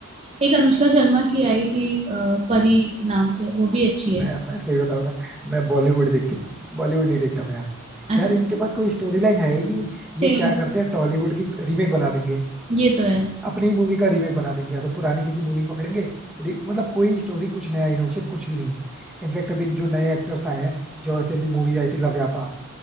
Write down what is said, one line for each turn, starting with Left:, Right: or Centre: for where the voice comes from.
Right: एक अनुष्का शर्मा की आई थी अ, परी नाम से वो भी अच्छी है
Centre: मैं मैं सही बताऊँ ना मैं बॉलीवुड देखते बॉलीवुड नहीं देखता मैं यार
Right: अच्छा
Centre: यार इनके पास कोई स्टोरी लाइन है ही नहीं
Right: सेम
Centre: ये क्या करते हैं टॉलीवुड की रीमेक बना देंगे
Right: ये तो है
Centre: अपनी मूवी का रीमेक बना देंगे या तो पुरानी किसी मूवी पकड़ेंगे रि- मतलब कोई स्टोरी कुछ नया इनोवेशन कुछ भी नहीं इनफैक्ट अभी जो नए एक्टर्स आए हैं जो ऐसे अभी मूवी आई थी लव व्यापा